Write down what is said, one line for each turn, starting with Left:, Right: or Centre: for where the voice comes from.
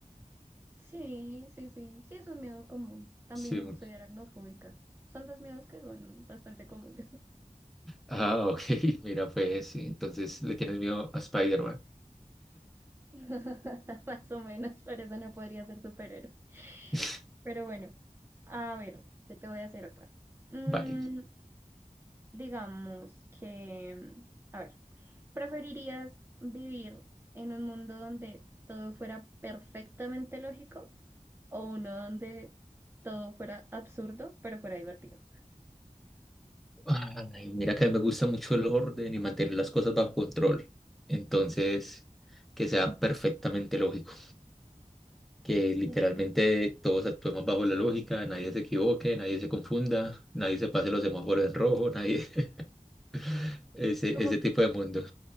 Right: Sí, sí, sí, sí, es un miedo común. También
Centre: Sí. un-
Right: soy aracnofóbica. Son dos miedos que son bastante comunes.
Centre: Ah, ok, <laughs> mira, pues sí, entonces le tienes miedo a Spider-Man.
Right: <laughs> Más o menos, por eso no podría ser superhéroe.
Centre: <laughs>
Right: Pero bueno, a ver, yo te voy a hacer otra. Mm,
Centre: Vale.
Right: digamos que, mm, a ver, ¿preferirías vivir en un mundo donde todo fuera perfectamente lógico o uno donde todo fuera absurdo, pero fuera divertido?
Centre: Ay, mira que me gusta mucho el orden y mantener las cosas bajo control. Entonces, que sea perfectamente lógico, que literalmente
Right: Es
Centre: todos actuemos bajo la lógica, nadie se equivoque, nadie se confunda, nadie se pase los semáforos en rojo, nadie, <laughs> ese,
Right: como
Centre: ese tipo de mundo.